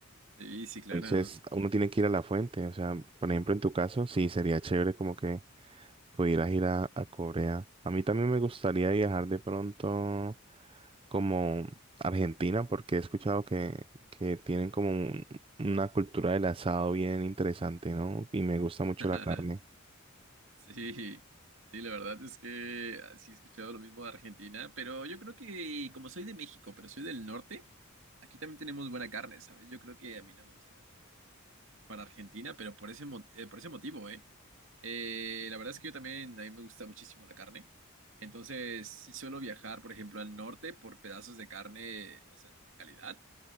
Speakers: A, on the right; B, on the right.
A: Sí, sí, claro.
B: Entonces, uno tiene que ir a la fuente, o sea, por ejemplo, en tu caso, sí, sería chévere como que pudieras ir a, a Corea. A mí también me gustaría viajar de pronto como Argentina, porque he escuchado que, que tienen como un- una cultura del asado bien interesante, ¿no? Y me gusta mucho
A: <laughs>
B: la carne.
A: Sí, sí, la verdad es que ah, sí he escuchado lo mismo de Argentina, pero yo creo que como soy de México, pero soy del norte, aquí también tenemos buena carne, ¿sabes? Yo creo que a mí no me gustaría tanto ir para Argentina, pero por ese, mo- eh, por ese motivo, ¿eh? Eh, la verdad es que yo también, a mí me gusta muchísimo la carne. Entonces, sí suelo viajar, por ejemplo, al norte por pedazos de carne, o sea, de calidad